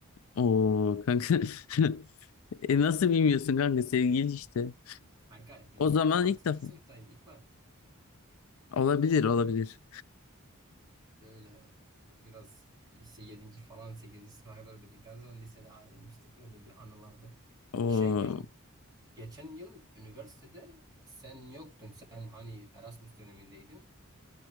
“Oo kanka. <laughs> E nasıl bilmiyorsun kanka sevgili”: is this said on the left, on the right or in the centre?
Left